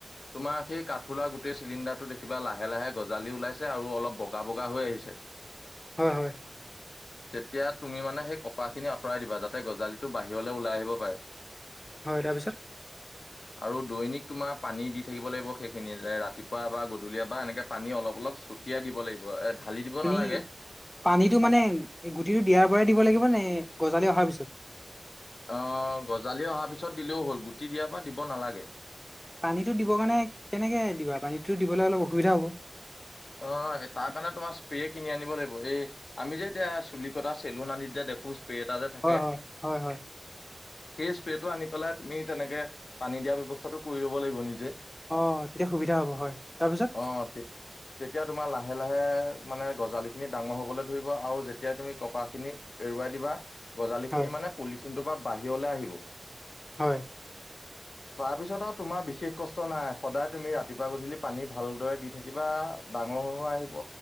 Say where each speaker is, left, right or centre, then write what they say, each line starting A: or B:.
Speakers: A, on the left (about 85°); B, on the left (about 20°).
A: তোমাৰ সেই কাঠফুলাৰ গোটেই চিলিণ্ডাৰটো দেখিবা, লাহে লাহে গজালি ওলাইছে, আৰু অলপ বগা, বগা হৈ আহিছে।
B: হয়, হয়।
A: তেতিয়া তুমি মানে সেই কপাহখিনি আঁতৰাই দিবা, যাতে গজালিটো বাহিৰলে ওলাই আহিব পাৰে।
B: হয় তাৰ পিছত।
A: আৰু দৈনিক তোমাৰ পানী দি থাকিব লাগিব সেইখিনি ৰাতিপুৱা বা গধূলি বা এনেকে পানী অলপ অলপ চ তিয়াই দিব লাগিব এ ঢালি দিব
B: পানী
A: নালাগে।
B: পানীটো মানে গুটিটো দিয়াৰ পৰাই দিব লাগিব নে গজালি অহাৰ পিছত।
A: অ গজালি অহাৰ পিছত দিলেও হ'ল গুটি দিয়াৰ পৰা দিব নালাগে।
B: পানীটো দিব কাৰণে কেনেকে দিবা পানীটো দিবলে অলপ অসুবিধা হ'ব।
A: অ তাৰ কাৰণে তোমাৰ স্প্ৰে কিনি আনিব লাগিব। সে আমি যে এতিয়া চুলি কটা চেলুন আনিত যে দেখো স্প্ৰে এটা যে থাকে।
B: হয় হয়। হয় হয়।
A: সেই স্প্ৰেটো আনি পেলাই তুমি তেনেকে পানী দিয়া ব্যৱস্থাটো কৰি ল'ব লাগিব নিজে।
B: অ তেতিয়া সুবিধা হ'ব হয়। তাৰপিছত?
A: অ তে তেতিয়া তোমাৰ লাহে লাহে মানে গজালি খিনি ডাঙৰ হবলৈ ধৰিব আও যেতিয়াই তুমি কপাহ খিনি এৰুৱাই দিবা গজালি
B: হয়
A: খিনি মানে পলিথিনটোৰ বা বাহিৰলৈ আহিব।
B: হয়।
A: <inaudible> তাৰ পিছত আৰু তোমাৰ বিশেষ কষ্ট নাই, সদায় তুমি ৰাতিপুৱা গধূলি পানী ভালদৰে দি থাকিবা। ডাঙ হৈ হৈ আহিব।